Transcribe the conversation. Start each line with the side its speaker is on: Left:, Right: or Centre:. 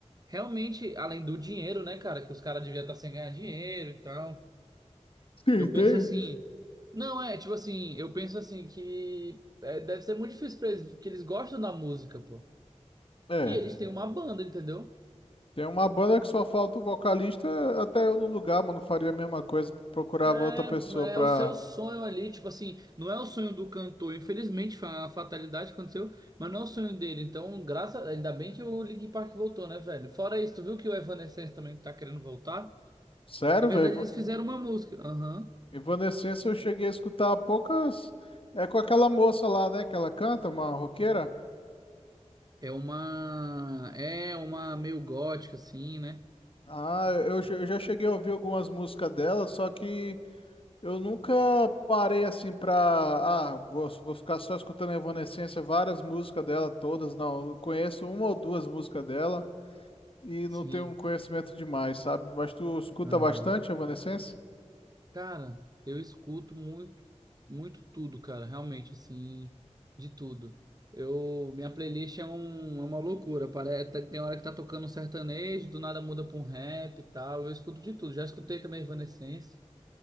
Right: realmente, além do dinheiro, né, cara, que os caras deviam estar sem ganhar dinheiro e tal,
Left: Sim,
Right: eu
Left: tem.
Right: penso assim. Não, é, tipo assim, eu penso assim que é, deve ser muito difícil pra eles, que eles gostam da música, pô.
Left: É.
Right: E eles têm uma banda, entendeu?
Left: Tem uma banda que só falta o vocalista, até eu no lugar, mano, faria a mesma coisa, procurava
Right: É,
Left: outra pessoa pra...
Right: é o seu sonho ali, tipo assim, não é o sonho do cantor, infelizmente foi uma fatalidade que aconteceu, mas não é o sonho dele. Então, graças, ainda bem que o Linkin Park voltou, né, velho? Fora isso, tu viu que o Evanescence também tá querendo voltar?
Left: Sério,
Right: Na verdade,
Left: velho,
Right: eles fizeram uma música. Aham.
Left: Evanescence eu cheguei a escutar há poucas... É com aquela moça lá, né, que ela canta, uma roqueira.
Right: É uma é uma meio gótica assim, né?
Left: Ah, eu, che- eu já cheguei a ouvir algumas músicas dela, só que eu nunca parei assim pra... Ah, vou, vou ficar só escutando Evanescence, várias músicas dela, todas, não. Eu conheço uma ou duas músicas dela. e
Right: Sim.
Left: não tenho um conhecimento demais, sabe? Mas tu escuta
Right: Aham.
Left: bastante Evanescence?
Right: Cara, eu escuto muito, muito tudo, cara, realmente, assim, de tudo. Eu, minha playlist é, um, é uma loucura, parece, tem hora que tá tocando um sertanejo, do nada muda pra um rap e tal, eu escuto de tudo. Já escutei também Evanescence,